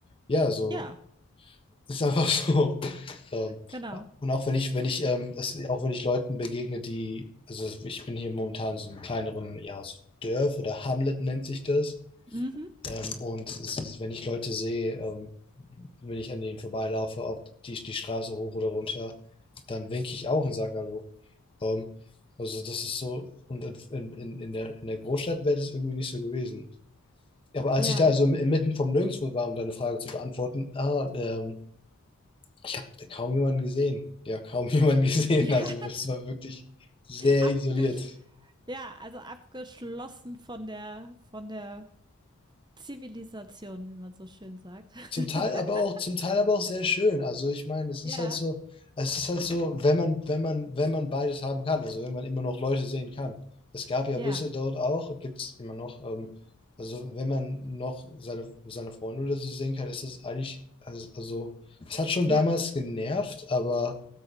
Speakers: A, on the left; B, on the right.
A: ja, so,
B: ja,
A: ist einfach <laughs> so. Ähm,
B: genau.
A: und auch wenn ich, wenn ich, ähm, das, auch wenn ich Leuten begegne, die, also ich bin hier momentan in so einem kleineren, ja, so Dörf oder Hamlet nennt sich das.
B: Mhm.
A: Ähm, und es ist, wenn ich Leute sehe, ähm, wenn ich an denen vorbeilaufe, auf die, die Straße hoch oder runter, dann winke ich auch und sage Hallo. Ähm, also das ist so, und in, in, in der, in der Großstadt wäre das irgendwie nicht so gewesen. Ja, Aber als
B: Ja.
A: ich da also im- inmitten vom Nirgendwo war, um deine Frage zu beantworten, ah, ähm, ich habe kaum jemanden gesehen. Ja, kaum <laughs> jemanden gesehen.
B: <laughs> Ja.
A: Also es war wirklich sehr
B: Abgesch
A: isoliert.
B: ja, also abgeschlossen von der, von der Zivilisation, wie man so schön sagt.
A: Zum Teil
B: <laughs>
A: aber auch, zum Teil aber auch sehr schön. Also ich meine, es
B: Ja,
A: ist halt so, es ist halt so, wenn man, wenn man, wenn man beides haben kann, also wenn man immer noch Leute sehen kann. Es gab ja
B: ja,
A: Büsse dort auch, gibt es immer noch, ähm, also wenn man noch seine, seine Freunde oder so sehen kann, ist es eigentlich, also, also es hat schon
B: ja.
A: damals genervt, aber